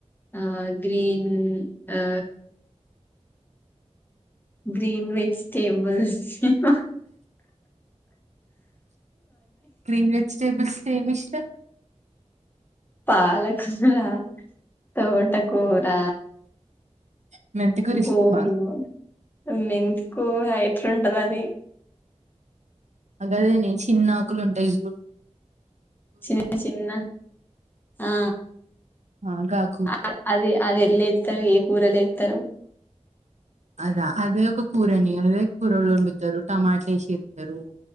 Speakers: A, on the left (about 15°); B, on the right (about 70°).
A: ఆ గ్రీన్ ఆ గ్రీన్ విచ్ టేబుల్స్ ఇవ <inaudible>
B: గ్రీన్ వెజిటేబుల్స్ ఏమి ఇష్టం
A: పాలకూర తోటకూరా
B: <inaudible>
A: <unintelligible>
B: ఇష్టమా
A: మెంత్ కూరా ఎట్లుంటది అది
B: అగదనే చిన్న ఆకులుంటాయి జూడు
A: చిన్న చిన్న ఆ
B: ఆ గాకు
A: అ అది అది ఏలేతారు ఏ కూరలో ఏతరు
B: అదా అదే ఒక కూరని అదే కూరలో ఉండుతారు టమాట ఎసి చేతరు